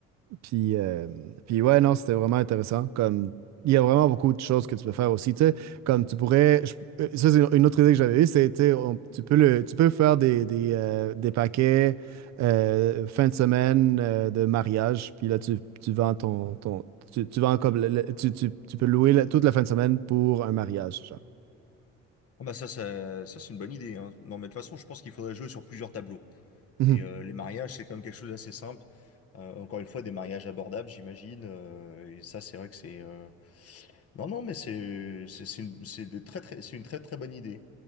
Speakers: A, on the right; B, on the left.
A: Puis, euh, puis ouais, non, c'était vraiment intéressant. Comme, il y a vraiment beaucoup de choses que tu peux faire aussi. tu sais. comme tu pourrais. je- euh, ça, c'est une une autre idée que j'avais eue, c'est tu sais, on- tu peux le, tu peux faire des, des, euh, des paquets euh, fin de semaine euh, de mariage. Puis là, tu, tu vends ton, ton tu, tu vends comme le- le- tu, tu, tu peux louer la- toute la fin de semaine pour un mariage, genre.
B: Ah bah ça, ça, ça, c'est une bonne idée. hein. Non, mais de toute façon, je pense qu'il faudrait jouer sur plusieurs tableaux.
A: Mhm.
B: Et euh, les mariages, c'est quand même quelque chose d'assez simple. Euh, encore une fois, des mariages abordables, j'imagine. euh, et ça, c'est vrai que c'est. euh, Non, non, mais c'est, c'est, c'est une, c'est des très, très, c'est une très, très bonne idée.